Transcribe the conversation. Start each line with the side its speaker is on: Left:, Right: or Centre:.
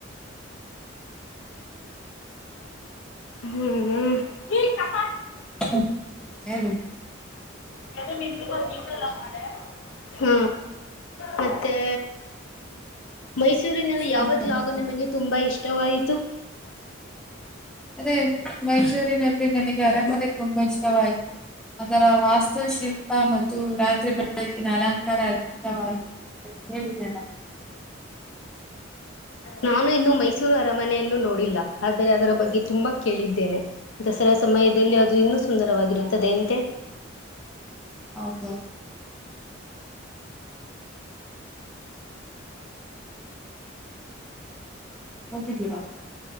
Left: ಹ್ಮ್ ಹ್ಮ್ ಹ್ಮ್
Centre: ಹ್ಮ್ ಏನು
Left: <unintelligible> ಕೆಟು ಮಂಟ್ಲು ಬಿ ಚಲ್ಲ ಮಾಡೆ ಹ್ಞ ಮತ್ತೆ ಮೈಸೂರಿನಲ್ಲಿ ಯಾವ
Centre: ಏನ್ ಹೇಳಕ್ಕೆ
Left: ಜಾಗ ನಿಮಗೆ ತುಂಬಾ ಇಷ್ಟವಾಯಿತು
Centre: ಅದೇ ಮೈಸೂರಿನಲ್ಲಿ ನನಗೆ ಅರಮನೆ ತುಂಬಾ ಇಷ್ಟವಾಯ್ತು ಅದರ ವಾಸ್ತುಶಿಲ್ಪ ಪ್ಪ ಮತ್ತು ರಾತ್ರಿ ಬೆಳಕಿನ ಅಲಂಕಾರ ಅದ್ಭುತವಾಗಿ ಹೇಳಿದೆ ನಾನು
Left: ನಾನು ಇನ್ನು ಮೈಸೂರು ಅರಮನೆಯನ್ನು ನೋಡಿಲ್ಲ ಆದರೆ ಅದರ ಬಗ್ಗೆ ತುಂಬಾ ಕೇಳಿದ್ದೇನೆ ದಸರಾ ಸಮಯದಲ್ಲಿ ಅದು ಇನ್ನೂ ಸುಂದರವಾಗಿರುತ್ತದೆ ಎಂತೆ
Centre: ಹೌದು ಹೋಗಿದಿರ